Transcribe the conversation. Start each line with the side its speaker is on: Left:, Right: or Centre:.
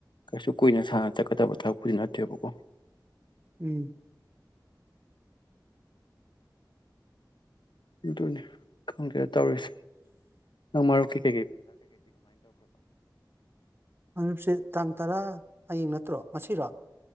Left: ꯀꯩꯁꯨ ꯀꯨꯏꯅ ꯁꯅ ꯆꯠꯀꯗꯕ ꯊꯕꯛꯄꯨꯗꯤ ꯅꯠꯇꯦꯕꯀꯣ꯫
Right: ꯎꯝ꯫
Left: ꯑꯗꯨꯅꯤ ꯈꯪꯗ‌ꯦ꯫ ꯇꯧꯔꯤꯁꯤ ꯅꯪꯃꯨꯞꯀꯤ꯫ ꯊꯦ꯫
Right: ꯃꯔꯨꯞꯁ‌ꯦ ꯇꯥꯡ ꯇꯔꯥ꯫ ꯍꯌꯦꯡ ꯅꯠꯇ꯭ꯔꯣ ꯉꯁꯤꯔꯣ꯫